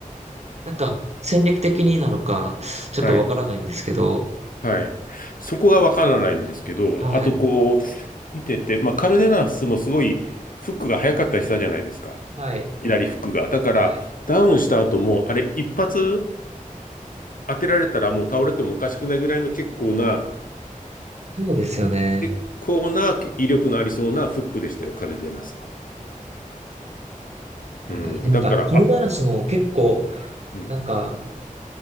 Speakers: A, on the right (about 50°); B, on the left (about 75°).
A: なんか、戦略的になのか、ちょっとわからないんですけど、
B: はい。はい。そこがわからないんですけど、
A: はい。
B: あとこう、見てて、まあ、カルデナスもすごいフックが早かったりしたじゃないですか。
A: はい。
B: 左フックが。だから、
A: はい。
B: ダウンした後も、あれ、一発当てられたらもう倒れてもおかしくないぐらいの結構な、
A: そうですよね。
B: 結構な威力のありそうなフックでしたよ、カルデナスは。
A: 何なんか、
B: うん。だから、
A: 彼話も結構、
B: あ、うん。
A: なんか、